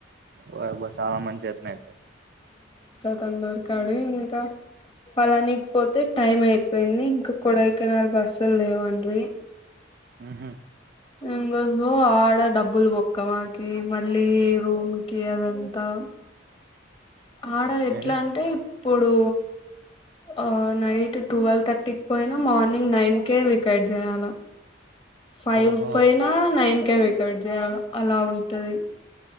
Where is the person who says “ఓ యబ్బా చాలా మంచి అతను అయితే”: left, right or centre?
Right